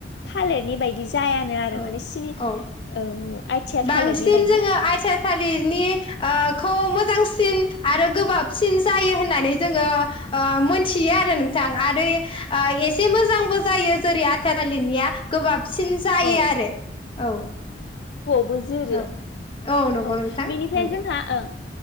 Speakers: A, on the left; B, on the left.
A: थालिरनि बायदि बिदि जायानो आरो
B: औ
A: माने सिनि
B: औ
A: ओ आइथिया
B: बांसिन
A: थालिरनि बायदि
B: जोङो आथिया थालिरनि ओ खौ मो। मोजांसिन आरो गोबाबसिन जायो होननानै जोङो ओ मोनथियो आरो नोंथां आरो एसे मोजांबो जायो जेरै आथिया थालिरनिआ गोबाब साबसिन जायो
A: औ
B: आरो औ।
A: बो जोरो
B: औ नंगौ
A: औ
B: नोंथां
A: बेनिफ्राय
B: नंगौ
A: जोंहा ओं